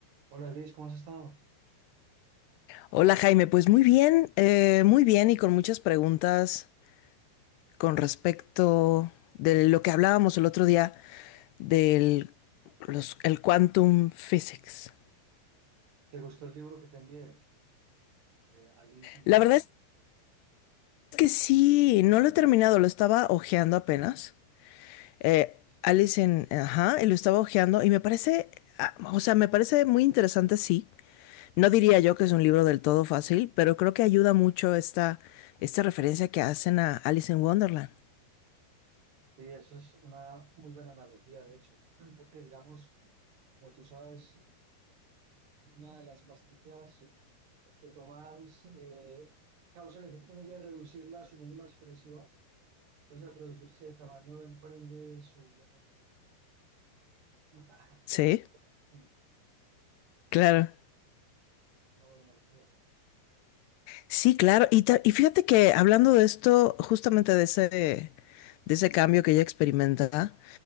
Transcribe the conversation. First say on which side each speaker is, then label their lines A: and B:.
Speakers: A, on the right (about 70°); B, on the left (about 80°).
A: Hola Liz, ¿cómo has estado?
B: Hola Jaime, pues muy bien, eh, muy bien y con muchas preguntas con respecto de lo que hablábamos el otro día del los- el quantum physics.
A: ¿Te gustó el libro que te envié? Eh, Alice en
B: La
A: Quantum.
B: verdad es que sí, no lo he terminado, lo estaba ojeando apenas. Eh, Alice en, ajá, y lo estaba ojeando y me parece, ah, o sea, me parece muy interesante, sí. No diría yo que es un libro del todo fácil, pero creo que ayuda mucho esta, esta referencia que hacen a Alice en Wonderland.
A: Sí, eso es una muy buena analogía, de hecho, <clears throat> porque digamos, como tú sabes, una de las pastillas que tomas eh, causa el efecto en ella de reducirla a su mínima expresión. Entonces, al reducirse de tamaño, emprende su viaje por el, <laughs>
B: Sí,
A: por el mundo pequeño.
B: claro.
A: Esa es una buena analogía.
B: Sí, claro. Y, ta- y fíjate que hablando de esto, justamente de ese, de ese cambio que ella experimenta,